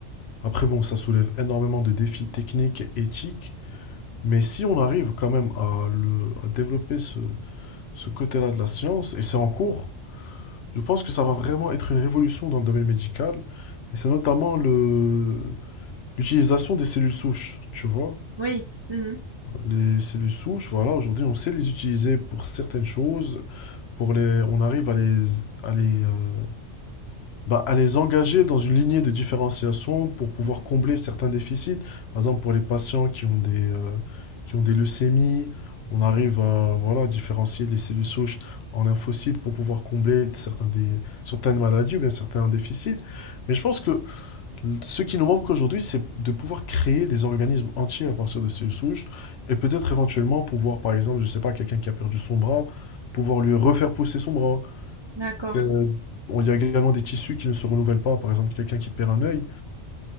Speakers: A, on the left; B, on the right.
A: après bon, ça soulève énormément de défis techniques et éthiques, mais si on arrive quand même à, le, à développer ce, ce côté-là de la science, et c'est en cours, je pense que ça va vraiment être une révolution dans le domaine médical, et c'est notamment le L'utilisation des cellules souches, tu vois.
B: oui. Mmh mh.
A: Les cellules souches, voilà, aujourd'hui, on sait les utiliser pour certaines choses, pour les, on arrive à les, à les, euh, bah, à les engager dans une lignée de différenciation pour pouvoir
B: Mmh
A: combler certains déficits. Par exemple, pour les patients qui ont des, euh, qui ont des leucémies, on arrive à, voilà, différencier les cellules souches en lymphocytes pour pouvoir combler certains des, certaines maladies ou bien certains déficits. Mais je pense que ce qui nous manque aujourd'hui, c'est de pouvoir créer des organismes entiers à partir de cellules souches et peut-être éventuellement pouvoir, par exemple, je sais pas, quelqu'un qui a perdu son bras, pouvoir lui refaire pousser son bras.
B: D'accord.
A: Euh, on- Il y a également des tissus qui ne se renouvellent pas. Par exemple, quelqu'un qui perd un œil,